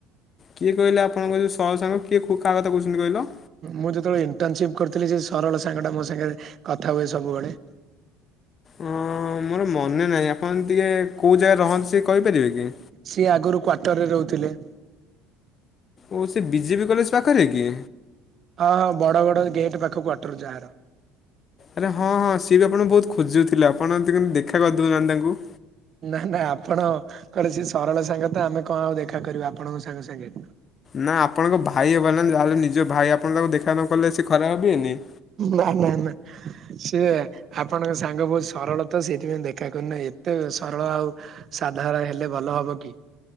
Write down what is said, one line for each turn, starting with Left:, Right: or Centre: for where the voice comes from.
Left: କିଏ କହିଲ ଆପଣଙ୍କ ଯଉ ସରଳ ସାଙ୍ଗ, କିଏ କାହା କଥା କହୁଛନ୍ତି କହିଲ?
Right: ମୁଁ ଯେତେବେଳେ ଇଣ୍ଟର୍ନସିପ୍ କରୁଥିଲି ସେ ସରଳ ସାଙ୍ଗଟା ମୋ ସାଙ୍ଗରେ କଥା ହୁଏ ସବୁବେଳେ।
Left: ହଁ ମୋର ମନେ ନାହିଁ, ଆପଣ ଟିକେ କୋଉ ଜାଗାରେ ରହନ୍ତି ଟିକେ କହିପାରିବେ କି?
Right: ସିଏ ଆଗରୁ କ୍ଵାର୍ଟର ରେ ରହୁଥିଲେ।
Left: ଓ ସେ ବି ଜେ ପି କଲେଜ ପାଖରେ କି?
Right: ହଁ ହଁ ବଡ ବଡ ଗେଟ୍ ପାଖ କ୍ୱାଟର ଯାହାର।
Left: ଆରେ ହଁ ହଁ ସିଏ ବି ଆପଣଙ୍କୁ ବହୁତ ଖୋଜୁଥିଲା ଆପଣ ଏବେ କେମିତି ଦେଖା କରିଦେଉନାହାନ୍ତି ତାଙ୍କୁ।
Right: ନା ନା ଆପଣ ଙ୍କର୍ ସେ ସରଳ ସାଙ୍ଗ ତ ଆମେ କଣ ଆଉ ଦେଖା କରିବୁ ଆପଣଙ୍କ ସାଙ୍ଗ ସାଙ୍ଗେ।
Left: ନା ଆପଣଙ୍କ ଭାଇ ହେବ ନା ଯାହେଲେ ନିଜ ଭାଇ ଆପଣ ତାଙ୍କୁ ଦେଖା ନ କଲେ ସେ ଖରାପ ଭାବିବେନି?
Right: ନା ନା ନା ସେ ଆପଣଙ୍କ ସାଙ୍ଗ ବହୁତ ସରଳ ତ ସେଇଥିପାଇଁ ଦେଖା କରୁନାହିଁ ଏତେ ସରଳ ଆଉ ସାଧାରଣ ହେଲେ ଭଲ ହବ କି?